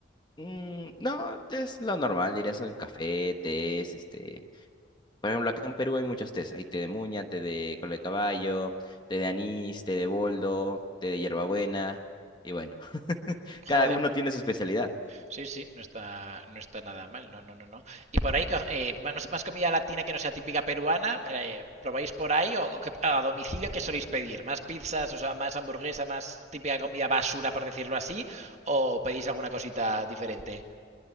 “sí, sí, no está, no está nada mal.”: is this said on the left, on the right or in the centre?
Right